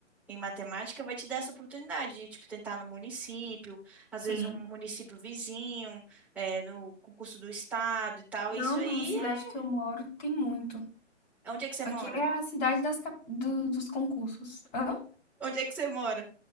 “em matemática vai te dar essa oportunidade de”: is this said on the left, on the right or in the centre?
Centre